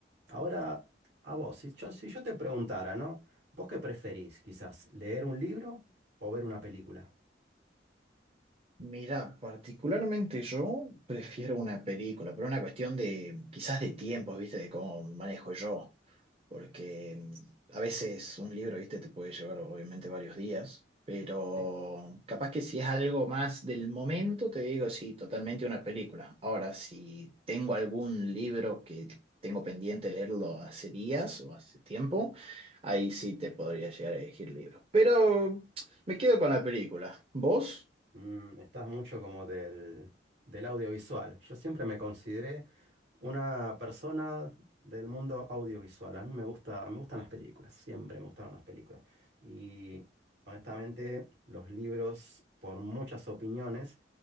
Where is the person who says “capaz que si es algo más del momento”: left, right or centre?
Right